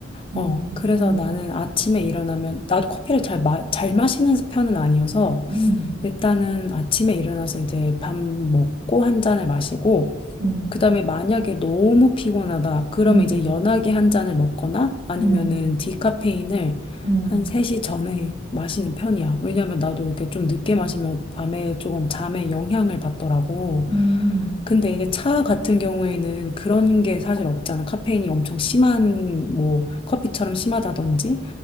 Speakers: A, on the right; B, on the left.
A: 음.
B: 어, 그래서 나는 아침에 일어나면 나도 커피를 잘, 마, 잘 마시는 편은 아니어서
A: 음.
B: 일단은 아침에 일어나서 이제 밥 먹고 한 잔을 마시고
A: 음.
B: 그다음에 만약에 너무 피곤하다. 그러면
A: 음.
B: 이제 연하게 한 잔을 먹거나 아니면은
A: 음. 음.
B: 디카페인을
A: 음.
B: 한 3시 전에 마시는 편이야. 왜냐면 나도 이렇게 좀 늦게 마시면 밤에 조금 잠에 영향을 받더라고.
A: 음,
B: 근데 이제 차 같은 경우에는 그런 게 사실 없잖아. 카페인이 엄청 심한 뭐 커피처럼 심하다든지.